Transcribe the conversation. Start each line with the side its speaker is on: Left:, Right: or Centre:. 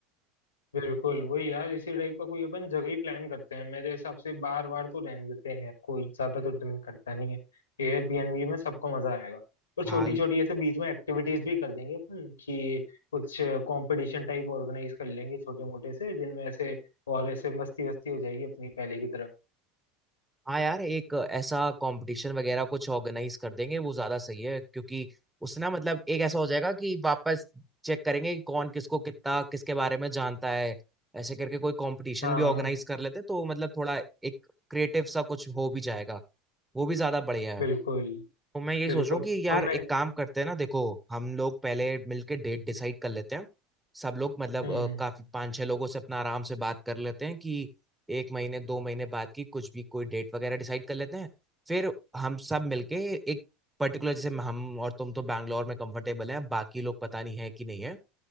Left: बिल्कुल वही यार इसी टाइप का कोई अपन जगह ही प्लान करते हैं मेरे हिसाब से बार बार तो रहने देते हैं यार कोई ज्यादा तो ड्रिंक करता नहीं है एयरबीएनबी में सबको मजा आएगा और
Centre: हाँ
Left: छोटी छोटी ऐसे बीच में एक्टिविटीज भी कर देंगे अपन कि कुछ कंपटीशन टाइप ऑर्गेनाइज कर लेंगे छोटे मोटे से जिनमें ऐसे और ऐसे मस्ती वस्ती हो जाएगी अपनी पहले की तरह
Centre: हाँ यार एक ऐसा कंपटीशन वगैरह कुछ ऑर्गेनाइज कर देंगे वो ज्यादा सही है क्योंकि उससे ना मतलब एक ऐसा हो जाएगा कि वापस चेक करेंगे कि कौन किसको कितना किसके बारे में जानता है ऐसे करके कोई कंपटीशन
Left: हाँ
Centre: भी ऑर्गेनाइज कर लेते तो मतलब थोड़ा एक क्रिएटिव सा कुछ हो भी जाएगा वो भी ज्यादा बढ़िया
Left: बिल्कुल
Centre: है तो मैं यही
Left: बिल्कुल
Centre: सोच रहा हूँ कि यार
Left: और
Centre: एक
Left: मैं
Centre: काम करते हैं ना देखो हम लोग पहले मिलके डेट डिसाइड कर लेते हैं सब लोग मतलब
Left: हम्म
Centre: अ,
Left: हम्म
Centre: काफी पांच छह लोगों से अपना आराम से बात कर लेते हैं कि एक महीने दो महीने बाद की कुछ भी कोई डेट वगैरह डिसाइड कर लेते हैं फिर हम सब मिलके एक पर्टिकुलर जैसे हम और तुम तो बैंगलोर में कंफर्टेबल हैं बाकी लोग पता नहीं है कि नहीं है